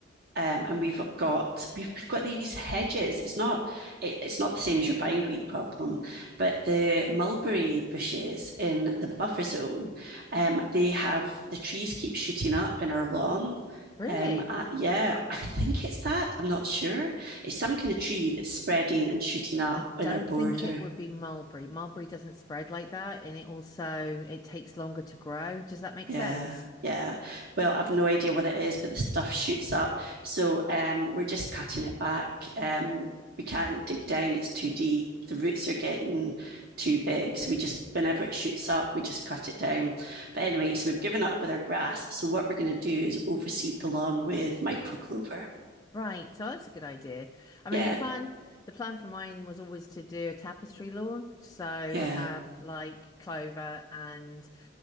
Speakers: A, on the right; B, on the left.
A: um, and we've got we've, we've got these hedges. It's not it, it's not the same as your bindweed problem, but the mulberry bushes in the buffer zone, um, they have the trees keep shooting up in our lawn.
B: really,
A: Um, uh, yeah, I think it's that. I'm not sure. It's some kind of tree that's spreading and shooting up
B: I
A: in
B: don't
A: our border.
B: think it would be mulberry. Mulberry doesn't spread like that, and it also it takes longer to grow. Does that make
A: Yeah,
B: sense?
A: yeah. Well, I've no idea what it is, but the stuff shoots up. So um, we're just cutting it back. Um, we can't dig down, it's too deep. The roots are getting too big. So we just, whenever it shoots up, we just cut it down. But anyway, so we've given up with our grass. So what we're going to do is overseed the lawn with micro clover.
B: Right, so that's a good idea. I mean,
A: Yeah,
B: the plan the plan for mine was always to do a tapestry lawn, so
A: yeah,
B: have like clover and